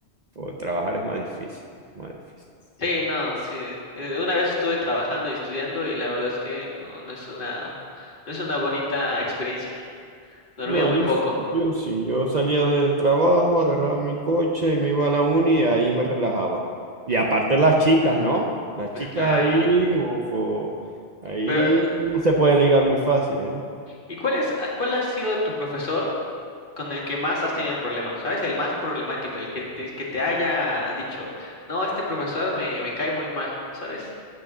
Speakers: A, on the right (about 45°); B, on the left (about 50°).
A: Pues, trabajar es más difícil, más difícil.
B: Sí, no, sí. Eh, Una vez estuve trabajando y estudiando y la verdad es que no, no es una, no es una bonita experiencia. Dormía
A: No,
B: muy
A: yo,
B: poco.
A: s- yo sí, yo salía del trabajo, agarraba mi coche y me iba a la uni y ahí me relajaba. Y aparte las chicas, ¿no? Las
B: Pues
A: chicas
B: claro.
A: ahí, ufo, ahí
B: Pero,
A: sí se puede ligar muy fácil, ¿eh?
B: ¿y cuál es, ah, cuál ha sido tu profesor con el que más has tenido problemas? ¿Sabes? El más problemático, el que, el que te haya dicho, no, este profesor me, me cae muy mal, ¿sabes?